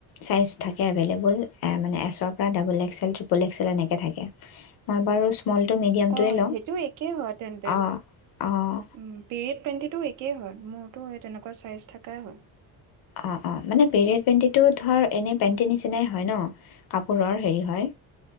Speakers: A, on the left (about 65°); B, on the right (about 55°).
A: চাইজ থাকে এভেইলেবল মানে এচপ পোৰা ডাবল্ এস্কচেল তিপোল এস্কচেল এনেকে থাকে মই বাৰু স্মলটো মিডিয়ামটোৱে
B: অ
A: লওঁ
B: সেইটো একেই হয় তেন্তে
A: অঁ অঁ
B: উ পিৰিয়ড পেন্টিটো একেই হয় মোৰতো সে তেনেকুৱা চাইজ থাকাই হয়
A: অ অ মানে পেৰিয়ড পেণ্টিটো ধৰ এনে পেণ্টি নিচিনাই হয় ন কাপোৰৰ হেৰি হয়